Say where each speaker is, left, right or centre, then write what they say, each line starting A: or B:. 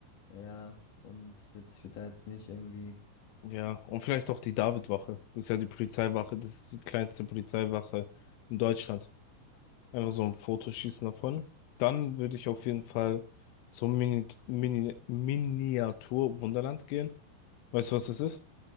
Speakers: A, on the left (about 55°); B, on the left (about 90°).
A: ja, und jetzt, ich würde da jetzt nicht irgendwie,
B: Ja, und vielleicht auch die Davidwache. Das ist ja die Polizeiwache, das ist die kleinste Polizeiwache in Deutschland. Einfach so ein Foto schießen davon. Dann würde ich auf jeden Fall zum Mini, Mini, Miniatur Wunderland gehen. Weißt du, was das ist?